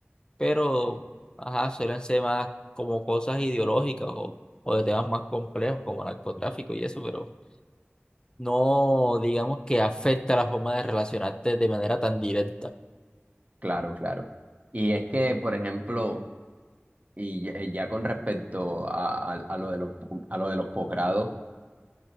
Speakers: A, on the left; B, on the right.
A: pero ajá, suelen ser más como cosas ideológicas o, o de temas más complejos como narcotráfico y eso, pero no digamos que afecta la forma de relacionarte de manera tan directa.
B: Claro, claro. Y es que, por ejemplo, y ya, eh, ya con respecto a, a, a lo de los, po- a lo de los posgrados,